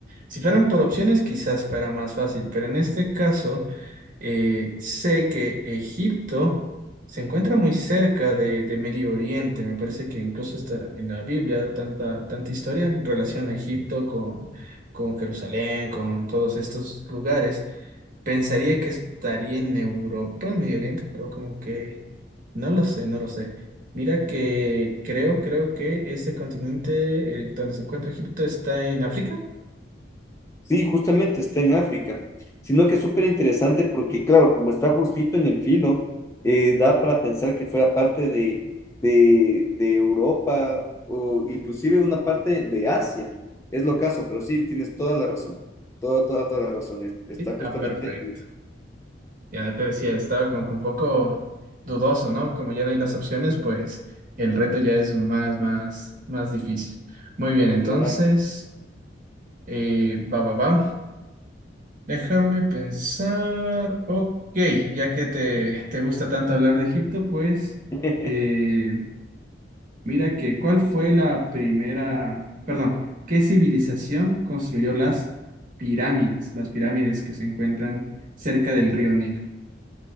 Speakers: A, on the right; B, on the left.
A: si fueran por opciones quizás fuera más fácil, pero en este caso eh, sé que Egipto se encuentra muy cerca de, de Medio Oriente. Me parece que incluso está en la Biblia tanta, tanta historia en relación a Egipto con, con Jerusalén, con todos estos lugares. Pensaría que estaría en Europa, en Medio Oriente, pero como que no lo sé, no lo sé. Mira que creo, creo que este continente eh, donde se encuentra Egipto está en África.
B: Sí, justamente está en África, sino que es súper interesante porque, claro, como está justito en el filo, eh, da para pensar que fuera parte de, de, de Europa o inclusive una parte de Asia. Es lo caso, pero sí, tienes toda la razón, toda, toda, toda la razón. Es- Está
A: Sí,
B: justamente
A: ah, perfecto. Ya te decía, estaba como que un poco dudoso, ¿no? Como ya no hay las opciones, pues el reto ya es más, más, más difícil. Muy bien, entonces,
B: en la nave.
A: eh, va, va, va. Déjame pensar. Ok, ya que te, te gusta tanto hablar de Egipto, pues
B: <laughs>
A: eh, mira que ¿cuál fue la primera, perdón, qué civilización construyó las pirámides, las pirámides que se encuentran cerca del río Nilo?